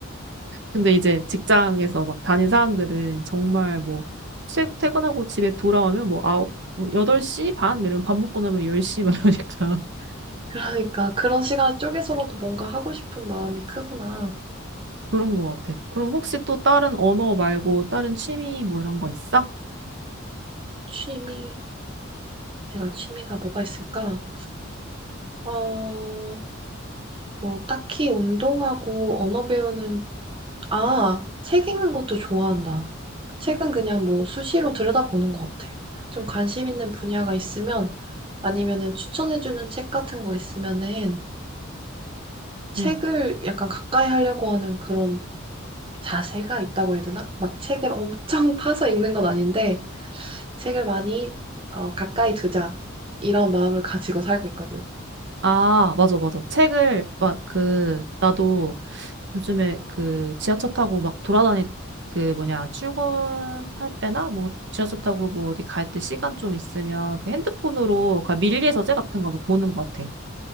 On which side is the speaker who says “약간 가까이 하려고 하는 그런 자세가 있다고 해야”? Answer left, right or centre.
Right